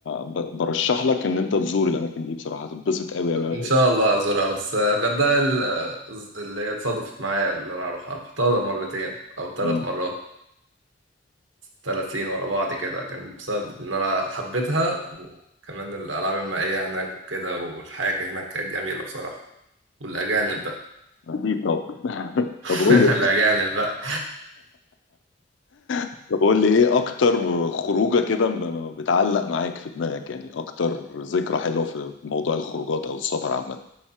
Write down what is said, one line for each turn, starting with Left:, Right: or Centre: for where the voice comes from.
Left: ب... برشح لك ان انت تزور الاماكن دي بصراحه هتتبسط قوي قوي قوي
Right: ان شاء الله ازورها بس الغردقه ال- اللي هي اتصادفت معايا ان انا اروحها رحتها مرتين او ثلاث
Left: مم.
Right: مرات ثلاث سنين ورا بعض كده كان بسبب إن أنا حبيتها وكمان الألعاب المائية هناك وكده والحياة كانت هناك كانت جميلة بصراحة والأجانب بقى
Left: اكيد طب <laughs> طب
Right: <laughs>
Left: قول
Right: الأجانب
Left: لي
Right: بقى
Left: طب قول لي ايه اكتر خروجه كده ب- بتعلق معاك في دماغك يعني اكتر ذكرى حلوه في موضوع الخروجات او السفر عامه